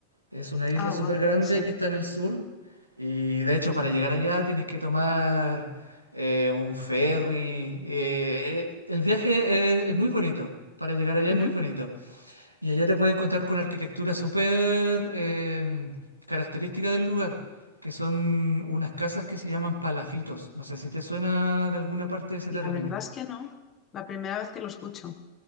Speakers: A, on the right (about 90°); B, on the left (about 25°).
A: Es una isla
B: Ah,
A: súper
B: wow.
A: grande
B: Sí.
A: que está en el sur y de hecho para llegar allá tienes que tomar eh, un ferry. eh, eh, el viaje es, es muy bonito. Para llegar allá
B: Ujú.
A: es muy bonito. Y allá te puedes encontrar con arquitectura súper eh, característica del lugar, que son unas casas que se llaman palafitos. No sé si te suena de alguna parte ese
B: La
A: término.
B: verdad es que no. La primera vez que lo escucho.